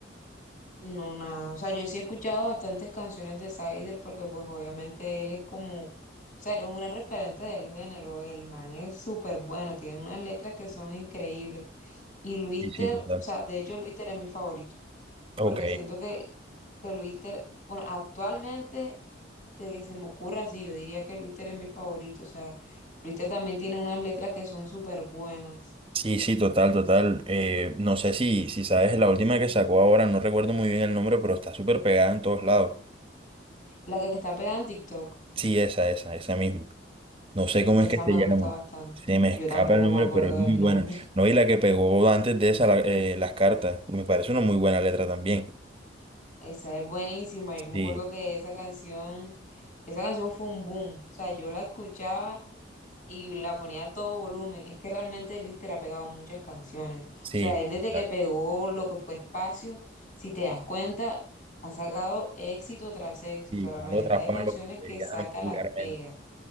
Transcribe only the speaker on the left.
No, nada. O sea, yo sí he escuchado bastantes canciones de Sider porque pues obviamente él es como, o sea, él es un gran referente del género. El man es súper bueno, tiene unas letras que son increíbles. Y Luister,
o sea, de hecho Luister es mi favorito
porque siento que, que Luister, bueno, actualmente de que se me ocurra así, yo diría que Luister es mi favorito. O sea, Luister también tiene unas letras que son súper buenas.
La que está pegada en TikTok.
Esa
me
gusta bastante.
Yo
tampoco
me acuerdo
del
nombre.
<laughs> Esa es buenísima. Yo me
acuerdo que esa canción, esa canción fue un boom. O sea, yo la escuchaba y la ponía a todo volumen. Es que realmente Luis te ha pegado muchas canciones.
O sea, él desde
que pegó lo que fue Espacio, si te das cuenta, ha sacado éxito tras éxito.
La mayoría
de
canciones
que
saca
las pega.